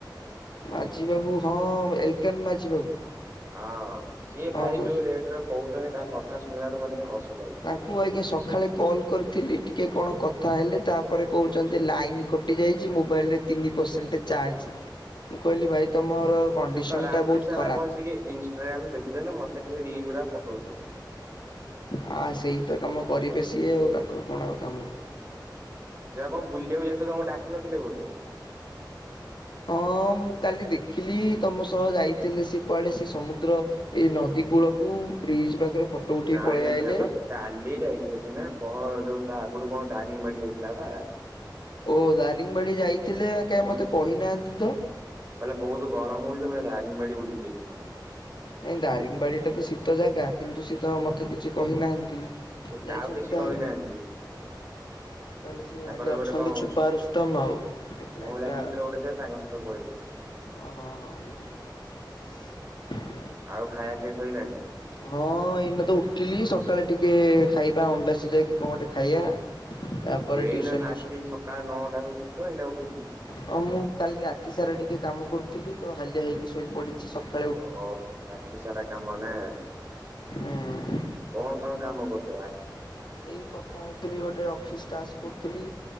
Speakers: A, on the left (about 75°); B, on the right (about 35°).
A: ମାଝୀ ବାବୁ ହଁ ଏଲକାନ ମାଝୀ ବାବୁ।
B: ହଁ ସିଏ
A: ହଁ
B: ଭାଇ
A: କହୁଛି।
B: ଯୋଉ ରେଟ୍ ରେ କହୁଛନ୍ତି ତା କଥା ଶୁଣିଲାଠୁ ମତେ କାଇଁ ହସ ଲାଗୁଛି।
A: ତାକୁ ଆଜ୍ଞା ସକାଳେ କଲ କରିଥିଲି ଟିକେ କଣ କଥା ହେଲେ ତାପରେ କହୁଛନ୍ତି ଲାଇନ କଟିଯାଇଛି ମୋବାଇଲରେ ତିନି ପରସେଣ୍ଟ ଚାର୍ଜ ମୁଁ କହିଲି ଭାଇ ତମର କଣ୍ଡିସନଟା
B: ସେ ତ ରାତି
A: ବହୁତ
B: ସାରା
A: ଖରାପ।
B: ବସିକି ଇନସଟାଗ୍ରାମ ଦେଖୁଛନ୍ତି ମତେ ଖାଲି ରିଲ ଗୁଡା ପଠଉଛନ୍ତି।
A: ହଁ ସେଇ ତ କାମ କରିବେ ସିଏ ଆଉ ତାଙ୍କର କଣ ଆଉ କାମ।
B: ସିଏ ପା କଣ ବୁଲିବାକୁା ଯାଇଥିଲେ ତମକୁ ଡାକିିନଥିଲେ ବୋଧେ।
A: ହଁ ମୁଁ କାଲି ଦେଖିଲି ତମ ସହ ଯାଇଥିଲେ ସେ କୁଆଡେ ସେ ସମୁଦ୍ର ଏଇ ନଦୀ କୂଳକୁ ବ୍ରିଜ ପାଖରେ ଫଟୋ ଉଠେଇ
B: ନାଇଁ
A: ପଳେଇ
B: ନାଇ
A: ଆଇଲେ।
B: ସେ ତ କାଲି ଯାଇଥିଲେ ସିନା ପହ ଯୋଉ ତା ଆଗରୁ କଣ ଦାରିଙ୍ଗ ବାଡି ଯାଇଥିଲା ପା।
A: ଓ ଦାରିଙ୍ଗବାଡ଼ି ଯାଇଥିଲେ କାଇ
B: ଉଁ
A: ମତେ କହିନାହାନ୍ତି ତ।
B: କହିଲା ବହୁତ ଗରମ ହଉଛି ତ ମୁ ଯାଉଚି ଦାରିଙ୍ଗବାଡ଼ି ବଲିକି ଆସିବି।
A: ନାଇଁ ଦାରିଙ୍ଗବାଡି ଟା ତ ଶୀତ ଜାଗା କିନ୍ତୁ ସିଏତ ମତେ କିଛି କହିନାହାନ୍ତି।
B: ସେ
A: ଯାଇଛନ୍ତି
B: କାହାକୁ କିଛି
A: ତାହେଲେ।
B: କହିନାହାନ୍ତି।
A: <inaudible> ଆଉ ତାହେଲେ ସିଏ
B: ତାଙ୍କର
A: ଭାରି ଅଛନ୍ତି
B: ଗୋଟେ କଣ
A: ଛୁପାରୁସ୍ତମ ଆଉ ଏକଲା
B: ମହିଳା
A: ଏକଲା
B: ମିତ୍ର ଗୋଟେ ଥିଲେ ତାଙ୍କ ସହିତ ପଳେଇଛନ୍ତି।
A: ଓ ହଁ ହଁ ବୁଝିଲି।
B: ଆଉ ଖାଇବା ପିଇବା ସଇଲାଣି।
A: ହଁ ଏଇନ ତ ଉଠିଲି ସକାଳେ ଟିକେ ଖାଇବା ଅଣ୍ଡାସିିଝା କି କଣ ଗୋଟେ ଖାଇବା। ତାପରେ
B: ଆଉ ଏଇନା
A: ଟିଉସନ
B: ନାତି
A: ଫିଉସନ
B: ସକାଳ ନଅଟାରେ ଉଠୁଛ ଏଇନା ଉଠିଲି।
A: ହଁ ମୁଁ କାଲି ରାତି ସାରା ଟିକେ କାମ କରୁଥିଲି ତ ହାଲିଆ ହେଇକି ଶୋଇପଡିଛି ସକାଳ
B: ଓହୋ ରାତି ସାରା କାମ ନା
A: ହୁଁ
B: କଣ ତମେ କାମ କରୁଥିବ।
A: ଏଇ କଥା ହଉଥିଲି ଗୋଟେ ଅଫିସ୍ ଟାସ୍ କରୁଥିଲି।